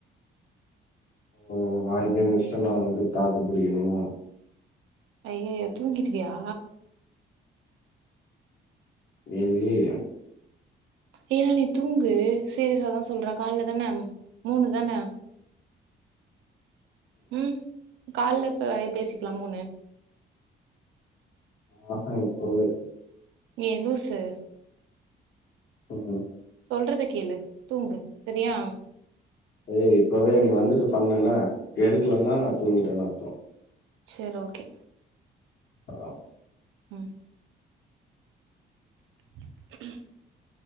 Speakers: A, on the left (about 60°); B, on the right (about 80°).
A: ஓ அஞ்சு நிமிஷ நா வந்து தாக்கு புடிக்கனுமா
B: ஐய்யயோ தூங்கிடுவியா
A: இல்லியே
B: ஏ நீ தூங்கு சீரியஸாதா சொல்ற கால்ல தான மூணு தான ம் கால்லப பேசிக்கலாம் மூணு
A: ஆஹ இப்பவே
B: ஏ லூசு
A: ம்
B: சொல்றத கேளு தூங்கு சரியா
A: ஏய் இப்பவே நீ வந்துட்டு ஃபண்ணு என்னா எடுக்கலனா நா தூங்கிட்டேன்னு அர்த்தோ
B: செர் ஓகே
A: ஆ
B: ம் <unintelligible>